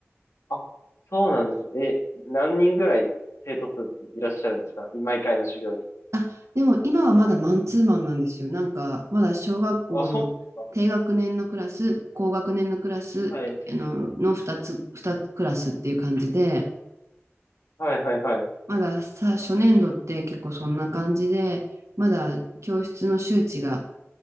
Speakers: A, on the left; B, on the right.
A: あ、そうなんです。え、何人ぐらい生徒数っていらっしゃるんですか毎回の授業に。
B: あ、でも今はまだマンツーマンなんですよ。なんか、まだ小学校の低学年のクラス、
A: あ、そうなんです
B: 高学年のクラス、
A: か。はい。
B: あの、の2つ、2クラスっていう感じで、
A: はいはいはい。
B: まださ、初年度って結構そんな感じで、まだ教室の周知が